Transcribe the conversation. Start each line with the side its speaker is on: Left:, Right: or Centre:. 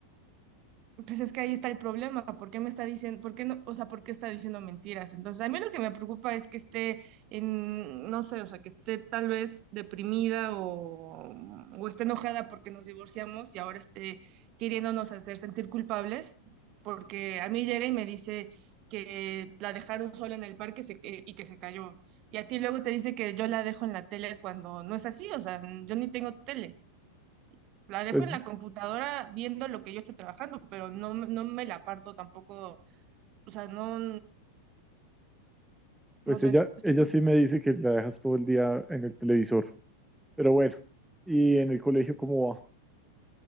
Right: Pues es que ahí está el problema, ¿por qué me está diciendo, por qué no, o sea, por qué está diciendo mentiras? Entonces, a mí lo que me preocupa es que esté en, no sé, o sea, que esté tal vez deprimida o, o esté enojada porque nos divorciamos y ahora esté queriéndonos hacer sentir culpables, porque a mí llega y me dice que la dejaron sola en el parque se- que- y que se cayó. Y a ti luego te dice que yo la dejo en la tele cuando no es así, o sea, yo ni tengo tele. La dejo
Centre: Pues,
Right: en la computadora viendo lo que yo estoy trabajando, pero no, me- no me la parto tampoco, o sea, no,
Centre: pues
Right: no sé,
Centre: ella,
Right: estoy
Centre: ella
Right: preocupada.
Centre: sí me dice que la dejas todo el día en el televisor, pero bueno, ¿y en el colegio cómo va?